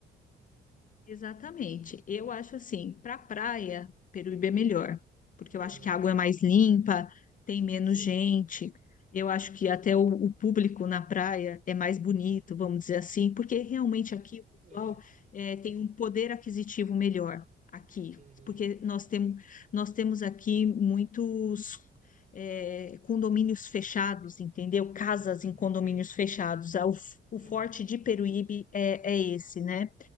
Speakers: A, on the left; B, on the right.
A: Exatamente. Eu
B: um-
A: acho assim, para praia, Peruíbe é melhor, porque eu
B: Aham,
A: acho que a água é mais limpa, tem menos
B: sim.
A: gente. Eu acho que até o, o público na praia é mais bonito, vamos dizer assim, porque realmente aqui o pessoal
B: <laughs>
A: eh, tem um poder aquisitivo melhor aqui,
B: Aham, uhum,
A: porque nós temos nós temos aqui muitos eh, condomínios fechados, entendeu? Casas
B: ah,
A: em condomínios
B: entendo.
A: fechados. Ah, O, o
B: Aham,
A: forte de Peruíbe é, é esse, né?